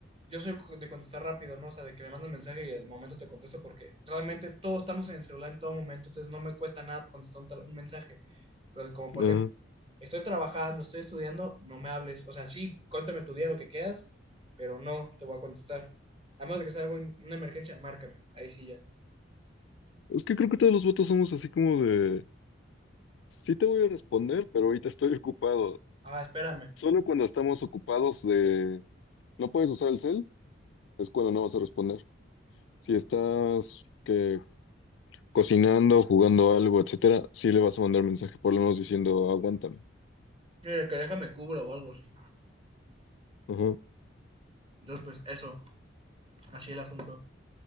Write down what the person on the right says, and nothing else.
yo soy de contestar rápido, ¿no? O sea, de que me mandan mensaje y al momento te contesto porque realmente todos estamos en el celular en todo momento, entonces no me cuesta nada contestar un, tel- un mensaje. Pero como por
ejemplo, estoy trabajando, estoy estudiando, no me hables. O sea, sí, cuéntame tu día, lo que quieras, pero no te voy a contestar. A menos de que sea algo, en- una emergencia, márcame, ahí sí ya.
Ah, espérame.
Mira, que déjame cubro o algo así.
Entonces, pues eso, así el asunto.